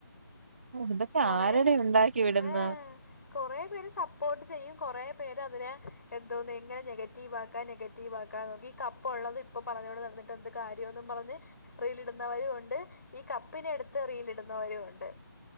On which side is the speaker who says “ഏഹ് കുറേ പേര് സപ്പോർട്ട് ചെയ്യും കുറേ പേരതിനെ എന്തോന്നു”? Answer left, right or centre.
Left